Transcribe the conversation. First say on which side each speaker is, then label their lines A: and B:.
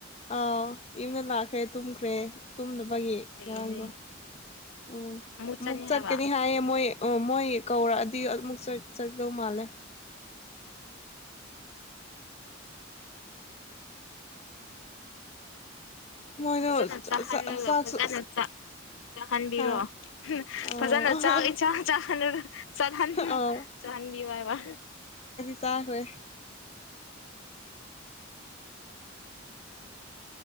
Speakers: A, on the left (about 30°); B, on the left (about 65°).
A: ꯑꯥ ꯌꯨꯝꯗ ꯂꯥꯛꯈ꯭ꯔꯦ ꯇꯨꯝꯈ꯭ꯔꯦ ꯇꯨꯝ ꯕꯒꯤ
B: ꯐꯩꯌꯦꯅꯦ
A: ꯉꯔꯥꯡꯗꯣ ꯎꯝ
B: ꯑꯃꯨꯛ ꯆꯠꯅꯤ
A: ꯃꯨꯛ ꯆꯠꯀꯅꯤ
B: ꯍꯥꯏꯕ
A: ꯍꯥꯏꯌꯦ ꯃꯣꯏ ꯑꯣ ꯃꯣꯏ ꯀꯧꯔꯛꯑꯗꯤ ꯑꯃꯨꯛ ꯆꯠ ꯆꯠꯀꯗꯧ ꯃꯥꯜꯂꯦ ꯃꯣꯏꯗꯣ
B: ꯐꯖꯅ ꯆꯥꯍꯜꯂꯒ
A: ꯆꯥꯛꯁꯨ
B: ꯐꯖꯅ ꯆꯥꯍꯟꯕꯤꯔꯣ
A: ꯍꯥ ꯑꯣ
B: ꯐꯖꯅꯥꯛ ꯌꯦꯟꯁꯥꯡ ꯆꯥꯍꯜꯂꯒ ꯆꯠꯍꯟꯣ
A: ꯑꯣ
B: ꯆꯥꯍꯟꯕꯤꯌꯣ ꯍꯥꯏꯕ
A: ꯆꯔꯦ